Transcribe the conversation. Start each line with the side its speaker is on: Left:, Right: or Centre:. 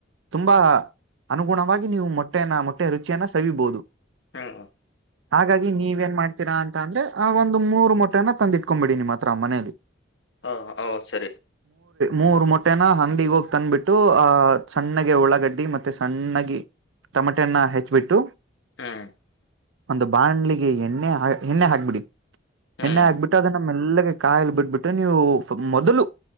Right: ತುಂಬಾ ಅನುಗುಣವಾಗಿ ನೀವು ಮೊಟ್ಟೆಯನ ಮೊಟ್ಟೆ ರುಚಿಯನ್ನ ಸವಿಬಹುದು.
Left: ಹ್ಮ್.
Right: ಹಾಗಾಗಿ ನೀವೇನ್ ಮಾಡ್ತೀರಾ ಅಂತ ಅಂದ್ರೆ ಆ ಒಂದು ಮೂರು ಮೊಟ್ಟೆನ ತಂದಿಟ್ಕೊಂಬಿಡಿ ನಿಮ್ಮ ಹತ್ರ ಆ ಮನೇಲಿ.
Left: ಹಾ ಹ ಸರಿ.
Right: ಮೂರು ಮೊಟ್ಟೆನ ಅಂಗಡಿಿಗೆ ಹೋಗಿ ತಂದ್ಬಿಟ್ಟು ಅಹ ಸಣ್ಣಗೆ ಉಳಗಡ್ಡಿ ಮತ್ತೆ ಸಣ್ಣಾಗಿ. ಟೊಮೆಟೆನ್ನ ಹೆಚ್ಚಬಿಟ್ಟು.
Left: ಹ್ಮ್.
Right: ಒಂದು ಬಾಂಡ್ಲಿಗೆ ಎಣ್ಣೆ ಎಣ್ಣೆ ಹಾಕ್ಬಿಡಿ
Left: ಹ್ಮ್
Right: ಎಣ್ಣೆ ಹಾಕ್ಬಿಟ್ಟು ಅದನ ಮೆಲ್ಲಗೆ ಕಾಯಲು ಬಿಟ್ಬಿಟ್ಟು ನೀವು ಮೊದಲು.